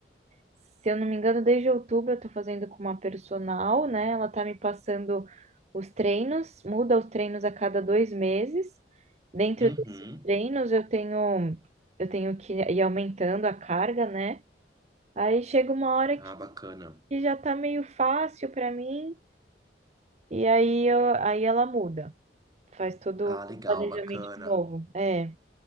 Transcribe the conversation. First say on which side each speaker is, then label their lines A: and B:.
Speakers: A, on the right; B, on the right.
A: se eu não me engano, desde outubro eu tô fazendo com uma personal, né? Ela tá me passando os treinos, muda os treinos a cada dois meses. Dentro
B: Uhum.
A: desses treinos eu tenho eu tenho que ir aumentando a carga, né? Aí chega uma hora
B: Ah,
A: que
B: bacana.
A: que já tá meio fácil pra mim e aí eu, aí ela muda, faz todo
B: Ah, legal,
A: o planejamento
B: bacana.
A: de novo. É,